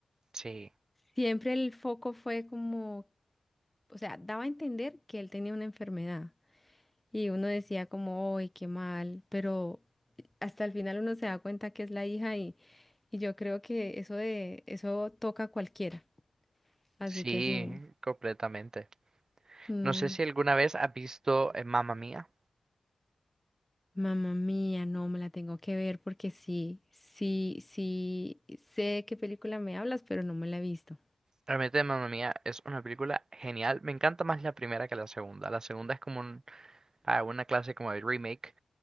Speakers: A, on the right (about 30°); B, in the centre.
A: Sí,
B: Siempre el foco fue como, o sea, daba a entender que él tenía una enfermedad y uno decía como, ¡ay, qué mal! Pero hasta el final uno se da cuenta que es la hija y, y yo creo que eso de eso toca a cualquiera. Así
A: sí,
B: que sí,
A: completamente.
B: mm,
A: No sé si alguna vez has visto eh, Mamma Mía.
B: mamá mía, no me la tengo que ver porque sí, sí, sí, sé de qué película me hablas, pero no me la he visto.
A: Realmente Mamma Mía es una película genial. Me encanta más la primera que la segunda. La segunda es como un- ah, una clase como de remake,